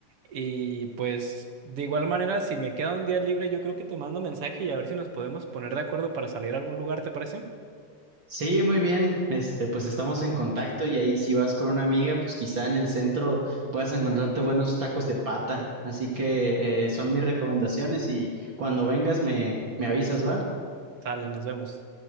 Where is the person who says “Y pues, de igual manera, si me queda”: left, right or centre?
Right